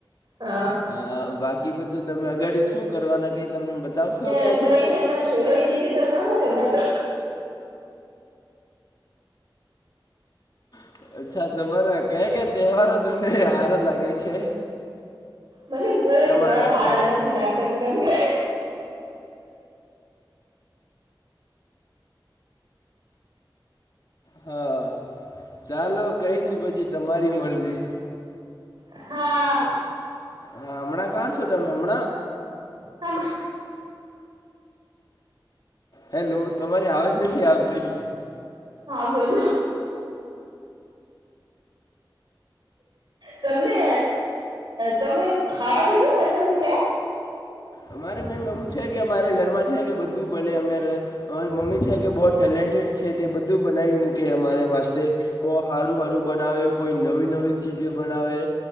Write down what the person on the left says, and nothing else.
અ બાકી બધું તમે અગાડી શું કરવાના કઈ તમને બતાવશો
કે આજે
<inaudible>
હ <inaudible> અચ્છા તમારાં કયાં કયાં તહેવારો તમને સારાં લાગે છે.
તમારા
ફે
હા ચાલો કઈ નહીં પછી તમારી મરજી
હા હમણાં કયાં છો તમે હમણાં
હેલો તમારી આવાજ નથી આવતી
અમારે મેમ એવું છે કે અમારે ઘરમાં છે કે બધું બને અમે અમારી મમ્મી છે. બઉ ટેલેન્ટેડ છે તે બધું બનાવી મૂકે અમારે વાસ્તે બો સારું સારું બનાવે કોઈ નવી નવી ચીજો બનાવે